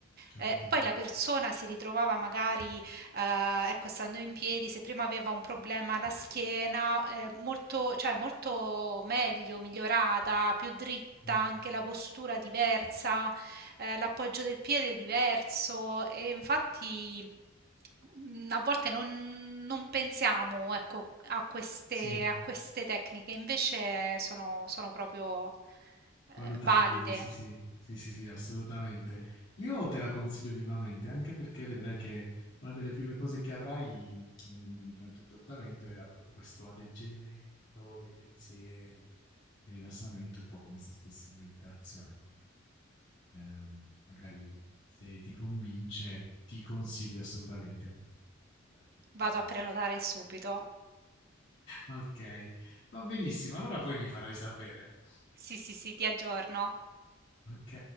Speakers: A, on the left; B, on the right.
A: certo.
B: ehm, poi la persona si ritrovava magari, ehm, ecco, stando in piedi, se prima aveva un problema alla schiena, ehm, molto cioè molto meglio, migliorata, più dritta,
A: Mm,
B: anche la postura diversa ehm, l'appoggio del piede è diverso e infatti, mhmm, a volte non non pensiamo, ecco, a queste
A: Sì,
B: a queste tecniche, invece sono sono proprio, ehm,
A: Valutabili,
B: valide.
A: sì, sì, sì, sì, sì, assolutamente. Io te la consiglio vivamente, anche perché vedrai che una delle prime cose che avrai nel- nel- durante il trattamento era proprio questo alleggerimento dei pensieri e rilassamento, un po' come se stessi in meditazione. Quindi, ehm, magari se ti convince, ti consiglio assolutamente almeno di prenotare un incontro
B: Vado a prenotare
A: e poi valut-
B: subito.
A: Ok, va benissimo. Allora poi mi farai sapere.
B: Sì, sì, sì, ti aggiorno.
A: Ok.